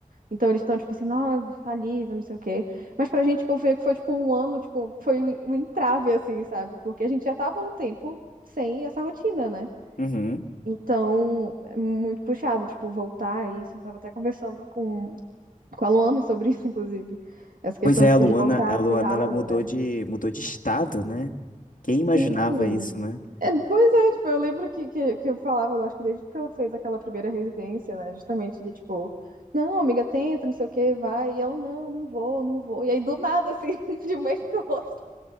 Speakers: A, on the right; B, on the left.
A: Então eles estão, tipo assim, ah, alívio, não sei o quê. Mas pra gente, tipo, foi, foi tipo um ano, tipo, foi um entrave, assim, sabe? Porque a gente já tava há um tempo sem essa rotina, né?
B: Uhum.
A: Então, é muito puxado, tipo, voltar a isso. Eu tava até conversando com, com a Luana sobre <laughs> isso, inclusive. Essa questão,
B: Pois é,
A: tipo,
B: a Luana,
A: de voltar
B: a
A: a
B: Luana,
A: ter aula,
B: ela mudou
A: né?
B: de, mudou de estado, né? Quem imaginava
A: Sim.
B: isso, né?
A: É, pois é, tipo, eu lembro que, que, que eu falava, eu acho que desde que ela fez aquela primeira residência, né? Justamente de, tipo, não, amiga, tenta, não sei o que, vai. E ela, não, não vou, não vou. E aí, do nada, assim, <laughs> de um mês pro outro,